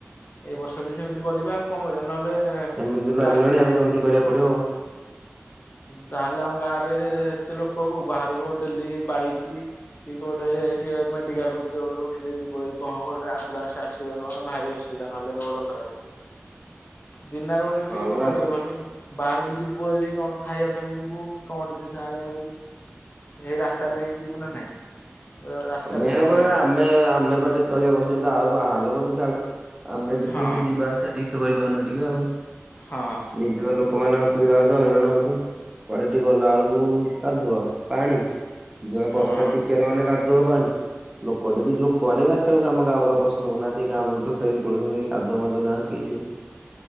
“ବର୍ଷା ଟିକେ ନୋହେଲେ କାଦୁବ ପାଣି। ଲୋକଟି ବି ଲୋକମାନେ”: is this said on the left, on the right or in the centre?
Right